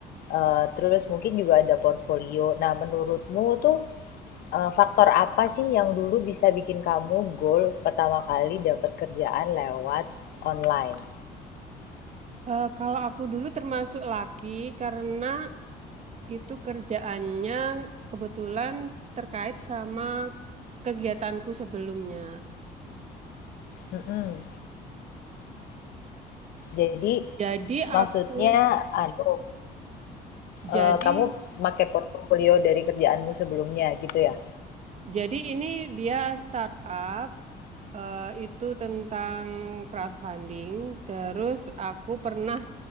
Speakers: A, on the left; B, on the right.
A: eee, terus mungkin juga ada portfolio. Nah, menurutmu tuh Eee, faktor apa sih yang dulu bisa bikin kamu goal pertama kali dapat kerjaan lewat online?
B: Eh, kalau aku dulu termasuk laki karena itu kerjaannya kebetulan terkait sama kegiatanku sebelumnya.
A: Mhm. Jadi
B: Jadi
A: maksudnya
B: aku
A: anu,
B: jadi
A: eee, kamu pakai portofolio dari kerjaanmu sebelumnya gitu ya?
B: jadi ini dia startup Eh, itu tentang crowdfunding. Terus aku pernah